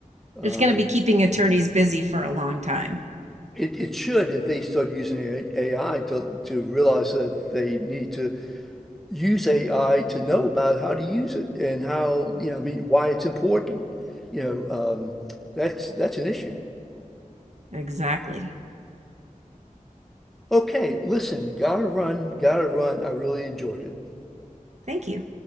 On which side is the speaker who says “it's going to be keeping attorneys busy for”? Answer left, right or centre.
Right